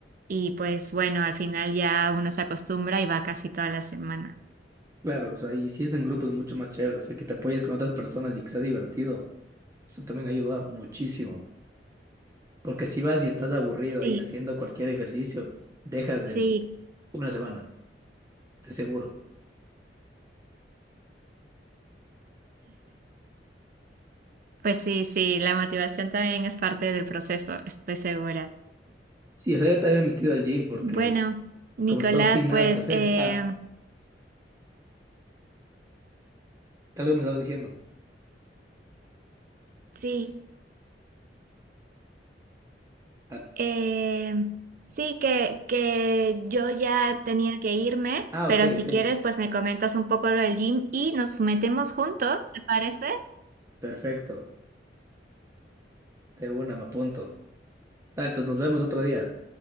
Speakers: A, on the right; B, on the right.
A: Y pues bueno, al final ya uno se acostumbra y va casi toda la semana.
B: claro, o sea, y si es en grupo es mucho más chévere, o sea, que te apoyes con otras personas y que sea divertido. Eso también ayuda muchísimo. Porque si vas y estás aburrido
A: Sí,
B: ahí haciendo cualquier ejercicio, dejas
A: sí.
B: en una semana, de seguro.
A: Pues sí, sí, la motivación también es parte del proceso, estoy segura.
B: Sí, o sea, yo también me he metido al gym porque
A: Bueno, Nicolás,
B: como he estado sin nada
A: pues
B: que hacer.
A: eh,
B: Ah, algo me estabas diciendo.
A: sí,
B: Ah,
A: eh, sí que, que yo ya tenía que irme,
B: ah,
A: pero
B: ok,
A: si
B: ok.
A: quieres, pues me comentas un poco lo del gym y nos metemos juntos, ¿te parece?
B: Perfecto. De una, me apunto. Ah, entonces nos vemos otro día.